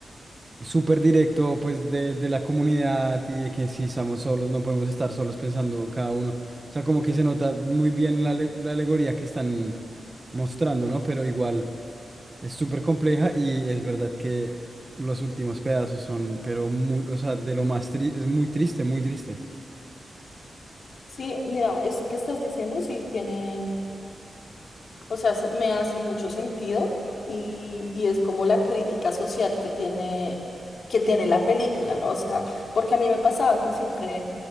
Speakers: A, on the right; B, on the left.
A: súper directo pues de, de la comunidad y de que si estamos solos, no podemos estar solos pensando cada uno. O sea, como que se nota muy bien la, ale- la alegoría que están mostrando, ¿no? Pero igual es súper compleja y es verdad que los últimos pedazos son, pero muy, o sea, de lo más triste, es muy triste, muy triste.
B: Sí, mira, esto que estás diciendo sí tiene. O sea, se- me hace mucho sentido y, y es como la crítica social que tiene, que tiene la película, ¿no? O sea, porque a mí me pasaba que siempre